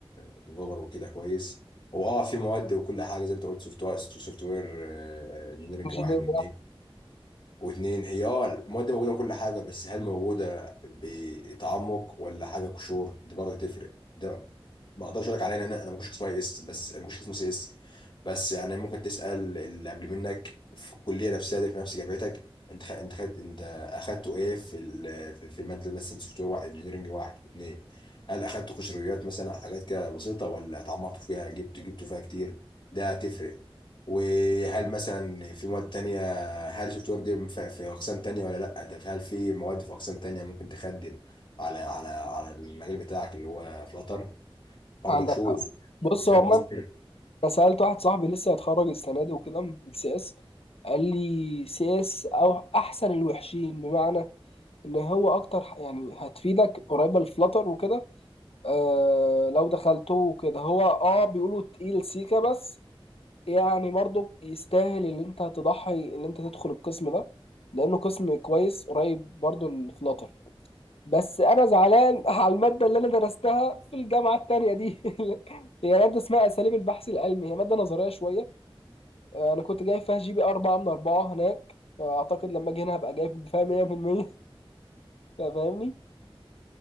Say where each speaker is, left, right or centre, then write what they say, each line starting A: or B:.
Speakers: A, on the left; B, on the left.
A: ديفلوبر وكده كويس هو اه في مواد وكل حاجه زي انت قلت سوفت وير سوفت وير انجينيرنج
B: انجينير
A: واحد واثنين
B: ده
A: واتنين هي اه المواد دي موجودة وكل حاجة بس هل موجودة بتعمق ولا حاجة قشور دي برضه تفرق ده ما اقدرش اقول لك عليها لأن انا انا ما كنتش قسم اي اس بس ما كنتش قسم سي اس بس يعني ممكن تسأل اللي قبل منك في الكلية نفسها دي في نفس جامعتك انت خ... انت خدت انت اخدته ايه في ال... في في المادة مثلا سوفت وير واحد انجينيرنج واحد اتنين هل اخدت قشريات مثلا حاجات كده بسيطة ولا اتعمقت فيها جبت جبتوا فيها كتير ده هتفرق وهل مثلا في مواد تانية هل شفت وردي في في اقسام تانية ولا لا ده في- هل في مواد في اقسام تانية ممكن تخدم على على على المجال بتاعك اللي هو فلاتر برضك
B: عندك
A: شوف
B: حق بص
A: فاهم
B: هو عموما
A: قصدي
B: انا سالت واحد صاحبي لسه هيتخرج السنه دي وكده من السي اس قال لي سي اس او احسن الوحشين بمعنى ان هو اكتر ح- يعني هتفيدك قريبه للفلاتر وكده آه لو دخلته كده هو اه بيقولوا تقيل سيكا بس يعني برضو يستاهل اللي انت تضحي اللي انت تدخل القسم ده لانه قسم كويس قريب برضو الفلاتر بس انا زعلان <laughs> على الماده اللي انا درستها في الجامعه التانية دي <laughs> هي ماده اسمها اساليب البحث العلمي هي ماده نظريه شويه آه، انا كنت جايب فيها جي بي 4 من 4 هناك فاعتقد لما اجي هنا هبقى جايب فيها 100% <laughs> فاهمني